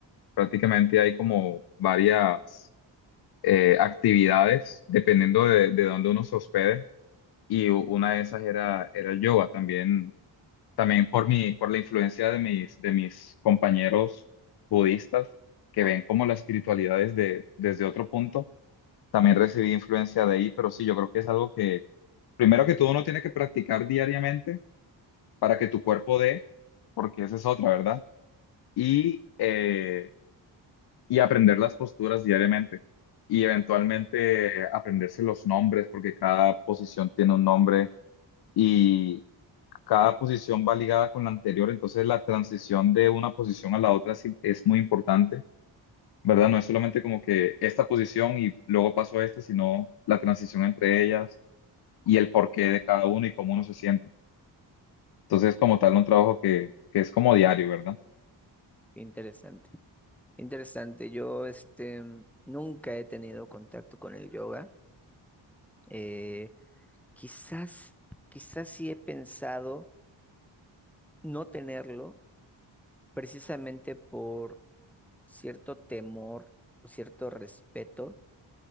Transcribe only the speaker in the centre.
Interesante, interesante. Yo, este, nunca he tenido contacto con el yoga. Eh, quizás, quizás sí he pensado no tenerlo precisamente por cierto temor o cierto respeto